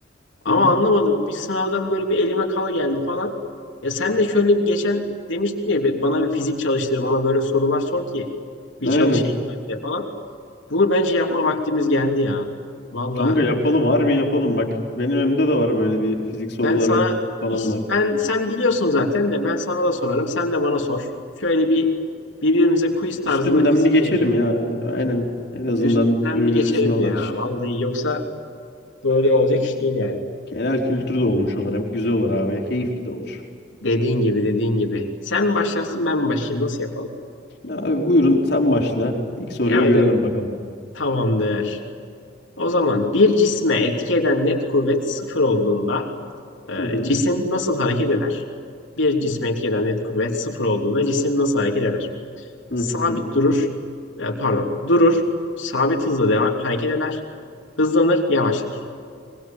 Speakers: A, on the left (about 90°); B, on the left (about 60°).
A: Ama
B: hı.
A: anlamadım. Bir sınavdan böyle bir elime kal geldi falan. Ya sen de şöyle bir geçen demiştin ya "Bir- bana bir fizik çalıştır, bana böyle sorular sor ki bir
B: Aynen.
A: çalışayım ben de falan. Bunu bence yapma vaktimiz geldi ya. Vallahi
B: Kanka yapalım harbi yapalım bak. Benim önümde de var böyle bir fizik soruları
A: Ben sana
B: falan
A: iş-
B: var.
A: ben sen biliyorsun zaten de ben sana da sorarım. Sen de bana sor. Şöyle bir birbirimize quiz tarzında
B: Üstünden
A: fizikle
B: bir geçelim
A: ilgili
B: ya abi. Aynen. En azından
A: üstünden
B: önümüzdeki
A: bir geçelim
B: sınavlar
A: ya.
B: için.
A: Vallahi yoksa böyle olacak iş değil yani.
B: Genel kültür de olmuş olur hem. Güzel olur abi. Keyifli de olur.
A: Dediğin gibi dediğin gibi. Sen mi başlarsın ben mi başlayayım? Nasıl yapalım?
B: Abi buyurun sen başla. İlk soruyu
A: Yani
B: görelim bakalım.
A: tamamdır. O zaman bir cisme etki eden net kuvvet sıfır olduğunda e,
B: Hı hı.
A: cisim nasıl hareket eder? Bir cisme etki eden net kuvvet sıfır olduğunda cisim nasıl hareket eder?
B: Hı
A: Sabit
B: hı.
A: durur. E, pardon. Durur. Sabit hızla deva- hareket eder. Hızlanır. Yavaşlar.